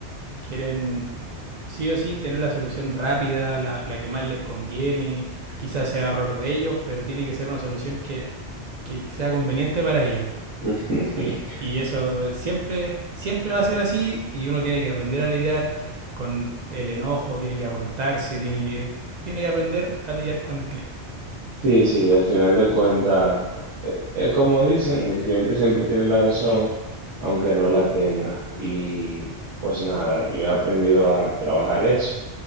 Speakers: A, on the right; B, on the right.
A: quieren sí o sí tener la solución rápida, la, la que más les conviene, quizás sea error de ellos, pero tiene que ser una solución que, que sea conveniente para ellos.
B: <laughs>
A: Y, y eso siempre, siempre va a ser así y uno tiene que aprender a lidiar con el enojo, tiene que aguantarse, tiene que, tiene que aprender a lidiar con el cliente.
B: Sí, sí, al final de cuentas, eh, eh, como dicen, el cliente siempre tiene la razón, aunque no la tenga. Y pues nada, yo he aprendido a trabajar eso